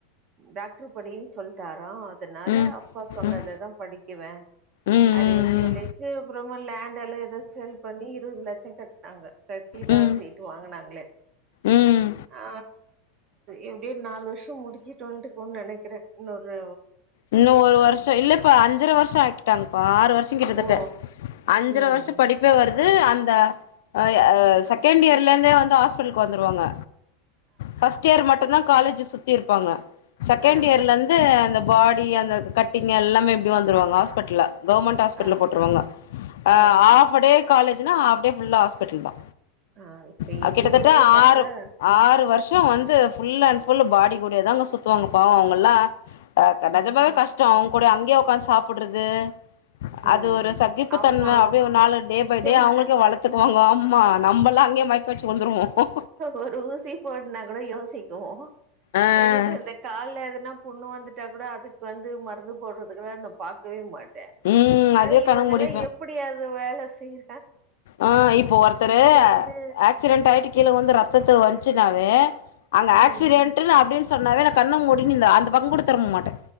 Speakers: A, on the right; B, on the left.
A: டாக்டர் படின்னு சொல்ட்டாரா அதனால
B: ம்
A: அப்பா சொன்னததா
B: ம்
A: படிக்குவே
B: ம்
A: அப்டின்னு
B: ம்
A: சொல்லிட்டு
B: ம்
A: அப்புறமா லேண்ட் எல்லா ஏதோ சேல் பண்ணி இருவது லட்ச கட்னாங்க கட்டி தான்
B: ம்
A: சிட்டு வாங்கினாங்களே
B: ம்
A: ஆ எப்டிய ஒரு நாலு வருஷம் முடிச்சு <unintelligible> நெனைக்குறே இன்னொன்னு
B: இன்னு ஒரு வருஷோ இல்லப்பா அஞ்சர வருஷோ ஆக்கிட்டாங்கப்பா ஆறு வருஷோ கிட்டத்தட்ட
A: ஓ
B: அஞ்சர
A: ம்
B: வருஷோ படிப்பே வர் ந்து அந்த அ ஏ செகண்ட்
A: ஆ
B: இயர்லேந்தே வந்து ஹாஸ்பிட்லுக்கு வந்துருவாங்க ஃபஸ்ட் இயர் மட்டு தா காலேஜூ சுத்தி இருப்பாங்க செகண்ட்
A: ஆ
B: இயர்லேந்து அந்த பாடி டி அந்த கட்டிங் எல்லாமே இப்டி வந்துருவாங்க ஹாஸ்பிட்ல்ல கவுவர்மெண்ட் ஹாஸ்பிட்டல்ல
A: ஆ
B: போட்ருவாங்க ஆ
A: ஓ
B: ஆஃப டே காலேஜ்னா ஆஃப் டே ஃபுல்லா ஹாஸ்பிட்டல் தா
A: ஆ இப்ப
B: அ
A: எங்க
B: கிட்டத்தட்ட
A: ஊர்லயே பாத்தா
B: ஆறு ஆறு வர்ஷ் மா வந்து ஃபுல் அண்ட் ஃபுல் பாடி கூடயே தாங்க சுத்துவாங்க பாவோ அவங்கல்லா ஆ
A: ம்
B: நெஜமாவே கஷ்டோ அவுங் கூட அங்கே ஒக்காந்து சாப்புட்றது
A: ம்
B: அது ஒரு சகிப்பு
A: ஆமா
B: தன்ம அப்டி ஒரு நாளு டே
A: நிச்சயமா
B: பை டே அவுங்களுக்கே வளத்தக்குவாங்க ஆம்மா நம்பல்லா அங்கேயே மயக்க வச்சு விழுந்துருவோ
A: ஒரு ஊசி போட்னா கூட யோ <unintelligible>
B: ஆ
A: எனக்கு இந்த கால்ல எதுனா புண்ணு வந்துட்டா கூட அதுக்கு வந்து மருந்து போட்றதுக்குலா நா பாக்கவே மாட்டே
B: ம்
A: அது
B: அதுவே கண்ண
A: இவங்கலா
B: மூடிப்பே
A: எப்டி அது வேல செய்
B: ஆ இப்ப ஒருத்தரு
A: வந்து
B: ஆக்சிடென்ட் ஆயிட்டு கீழ உழுந்து ரத்தத்த வந்துச்சுனாவே அங்க
A: ம்
B: ஆக்சிடெட்ன்னு அப்டின் சொன்னாவே நா கண்ணமூடினு இந் அந்த பக்கோ கூட திர்ப மாட்ட